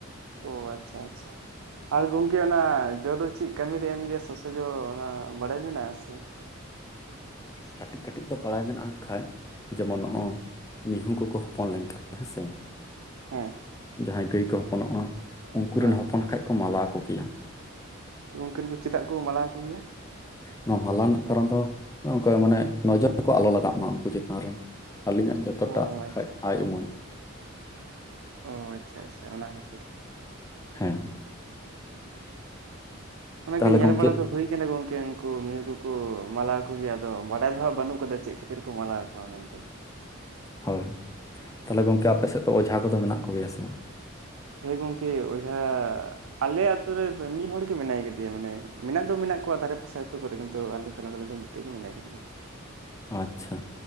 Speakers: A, on the right; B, on the left.
A: ᱚ ᱟᱪᱷᱟ ᱟᱪᱷᱟ᱾ ᱟᱨ ᱜᱚᱝᱠᱮ ᱚᱱᱟ ᱡᱚ ᱫᱚ ᱪᱮᱫ ᱠᱟᱹᱢᱤ ᱨᱮ ᱮᱢ ᱜᱮᱭᱟ ᱥᱚᱥᱚ ᱡᱚ, ᱚᱱᱟ ᱵᱟᱲᱟᱭ ᱢᱮᱱᱟᱜ ᱥᱮ?
B: ᱠᱟᱹᱴᱤᱡ ᱠᱟᱹᱴᱤᱡ ᱫᱚ ᱵᱟᱲᱟᱭ ᱢᱮᱱᱟᱜᱼᱟ ᱠᱷᱟᱱᱡ, ᱡᱮᱢᱚᱱ ᱱᱚᱜ-ᱚ ᱢᱤᱦᱩ ᱠᱚᱠᱚ ᱦᱚᱯᱚᱱ ᱞᱮᱱᱠᱷᱟᱱ ᱦᱮᱸᱥᱮ᱾
A: ᱦᱮᱸ᱾
B: ᱡᱟᱦᱟᱸᱭ ᱜᱟᱹᱭ ᱠᱚ ᱦᱚᱯᱚᱱᱚᱜᱼᱟ ᱩᱱᱠᱩ
A: ᱦᱳᱭ
B: ᱨᱤᱱ ᱦᱚᱯᱚᱱ ᱠᱷᱟᱡ ᱠᱚ ᱢᱟᱞᱟ ᱟᱠᱚ ᱜᱮᱭᱟ᱾
A: ᱜᱚᱝᱠᱮ ᱩᱱᱠᱩ ᱪᱮᱫᱟᱜ ᱠᱚ ᱢᱟᱞᱟ ᱟᱠᱚ ᱜᱮᱭᱟ᱾
B: ᱱᱚᱣᱟ ᱢᱟᱞᱟ ᱨᱮᱱᱟᱜ ᱠᱟᱨᱚᱱ ᱫᱚ ᱱᱚᱜ-ᱚ ᱱᱚᱝᱠᱟ ᱢᱟᱱᱮ ᱱᱚᱡᱚᱨ ᱠᱚ ᱟᱞᱚ ᱞᱟᱜᱟᱜ ᱢᱟ ᱩᱱᱠᱩ ᱪᱮᱛᱟᱱ ᱨᱮ᱾ ᱟᱹᱞᱤᱧᱟᱜ ᱡᱚᱛᱚᱴᱟᱜ
A: ᱚ ᱟᱪᱪᱷᱟ
B: ᱠᱷᱟᱡ ᱟᱭ ᱩᱢᱟᱹᱱ᱾
A: ᱚᱻ ᱟᱪᱪᱷᱟ ᱟᱪᱪᱷᱟ ᱚᱱᱟ ᱠᱷᱟᱹᱛᱤᱨ᱾
B: ᱦᱮᱸ᱾
A: ᱚᱱᱟ
B: ᱛᱟᱦᱚᱞᱮ
A: ᱠᱟᱹᱡ ᱧᱮᱞ
B: ᱜᱚᱢᱠᱮ
A: ᱵᱟᱲᱟ ᱫᱚ ᱦᱩᱭ ᱟᱠᱟᱱᱟ ᱜᱚᱝᱠᱮ ᱩᱱ ᱳ ᱱᱤᱭᱟᱹ ᱠᱚᱠᱚ ᱢᱟᱞᱟ ᱟᱠᱚ ᱜᱮᱭᱟ ᱟᱫᱚ ᱵᱟᱰᱟᱭ ᱫᱚᱦᱚᱸ ᱵᱟᱹᱱᱩᱜ ᱟᱠᱟᱫᱟ ᱪᱮᱫ ᱠᱷᱟᱹᱛᱤᱨ ᱠᱚ ᱢᱟᱞᱟᱣᱠᱚᱣᱟ ᱢᱮᱱᱛᱮ
B: ᱦᱳᱭ ᱛᱟᱦᱚᱞᱮ ᱜᱚᱝᱠᱮ ᱟᱯᱮ ᱥᱮᱫ ᱫᱚ ᱚᱡᱷᱟ ᱠᱚᱫᱚ ᱢᱮᱱᱟᱜ ᱠᱚᱜᱮᱭᱟ ᱥᱮ ᱵᱟᱝ
A: ᱦᱮᱸ ᱜᱚᱝᱠᱮ ᱚᱡᱷᱟ ᱟᱞᱮ ᱟᱛᱳ ᱨᱮ ᱢᱤᱫ ᱦᱚᱲᱜ ᱜᱮ ᱢᱮᱱᱟᱭ ᱟᱠᱟᱫᱮᱭᱟ ᱢᱟᱱᱮ ᱢᱤᱫ ᱦᱚᱲ ᱢᱤᱫ ᱦᱚ ᱜᱮ ᱢᱮᱱᱟᱭ ᱠᱟᱫᱮᱭᱟ ᱢᱟᱱᱮ ᱢᱮᱱᱟᱜ ᱫᱚ ᱢᱮᱱᱟᱜ ᱠᱚᱣᱟ ᱫᱷᱟᱨᱮ ᱯᱟᱥᱮ ᱟᱹᱛᱩ ᱠᱚᱨᱮ ᱠᱤᱱᱛᱩ ᱟᱞᱮ ᱛᱟᱞᱟ ᱠᱚᱨᱮ ᱫᱚ ᱢᱤᱫᱴᱮᱡ ᱜᱮ ᱢᱮᱱᱟᱭᱟ <inaudible>
B: ᱚᱟᱪᱪᱷᱟ